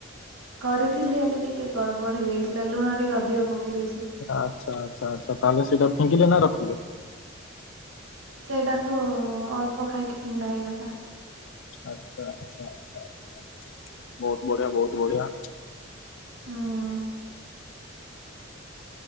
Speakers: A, on the right (about 80°); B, on the left (about 70°).
A: କରିଥିଲି ହେଲେ ଟିକେ ଗଡ଼ବଡ ହେଇଯାଇଥିଲା ଲୁଣ ଟିକେ ଅଧିକ ପକେଇ ଦେଇେଇଥିଲି।
B: ଆଚ୍ଛା ଆଚ୍ଛା ଆଚ୍ଛା ତାହେଲେ ସେଇଟା ଫେଙ୍ଗିଲେ ନା ରଖିଲେ।
A: ସେଇଟାକୁ ଅଳ୍ପ ଖାଇକି ଫିଙ୍ଗା ହେଇଗଲା।
B: ଆଛା ଆଛା ଆଛା ଆଛା ବହୁତ ବଢିଆ ବହୁତ ବଢିଆ।
A: ହୁଁ।